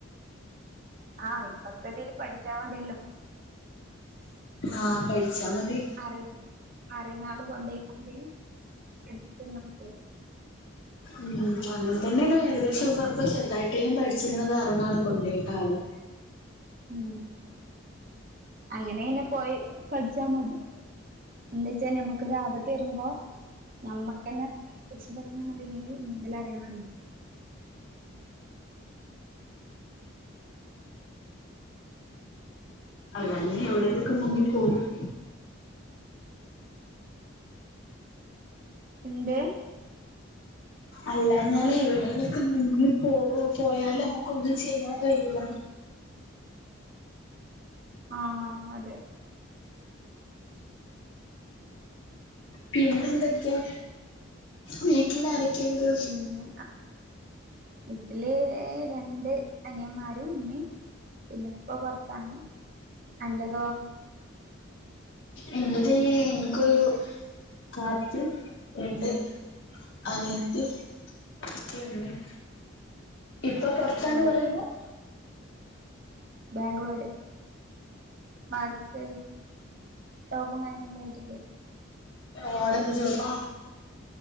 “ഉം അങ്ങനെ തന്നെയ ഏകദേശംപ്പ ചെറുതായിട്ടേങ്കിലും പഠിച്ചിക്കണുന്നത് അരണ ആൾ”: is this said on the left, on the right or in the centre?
Left